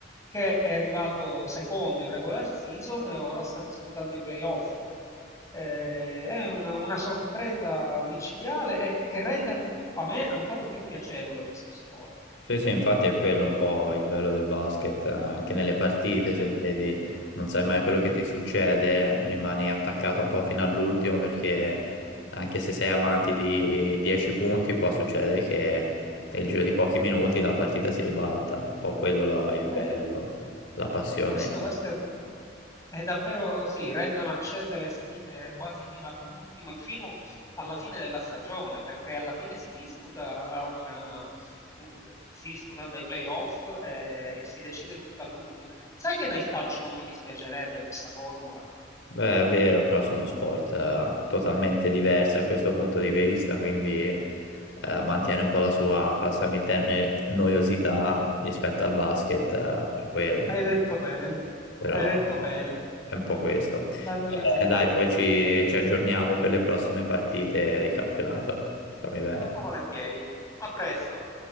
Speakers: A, on the left (about 15°); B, on the left (about 85°).
A: che è arrivato secondo in regular season e ora sta disputando i playoff. Eh, è una, una sorpresa micidiale e che rende an- a me ancora più piacevole questo sport.
B: Sì, sì, infatti è quello un po' il bello del basket, eh, anche nelle partite, se
A: Mm,
B: vedi, non sai mai quello che ti succede, rimani attaccato un po' fino all'ultimo perché anche se sei avanti di 10 punti può succedere che nel giro di pochi minuti la partita si ribalta, un po' quello la-
A: è
B: il
A: vero,
B: bello, la passione.
A: questo, questo è È davvero sì, rendono accese le sfide quasi fino all'ultimo e fino alla fine della stagione, perché alla fine si disputa una, u- si disputano dei playoff eh, e, si decide tutto all'ultimo. Sai che nel calcio non mi dispiacerebbe questa formula?
B: Beh, è vero, però sono sport eh, totalmente diversi a questo punto di vista, quindi eh, mantiene un po' la sua, passami il termine, noiosità rispetto al basket, eh, per quello,
A: Hai detto bene,
B: però
A: hai detto
B: oh,
A: bene,
B: è un po' questo. Va
A: la noiosità.
B: bene, dai, poi ci, ci aggiorniamo per le prossime partite di campionato. Stammi bene.
A: Molto volentieri. A presto.